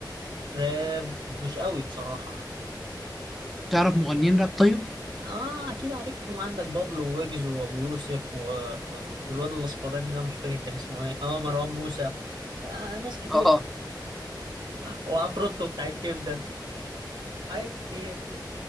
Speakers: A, on the right (about 75°); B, in the centre.
A: راب مش قوي بصراحة
B: تعرف مغنيين راب طيب
A: اه أكيد عارفهم عندك بابلو ويجز وأبو يوسف و... والواد الأصفراني ده مش فاكر كان اسمه إيه اه مروان موسى آه ناس كتير
B: اه
A: وعفروتو بتاع الكبدة حاجات كتير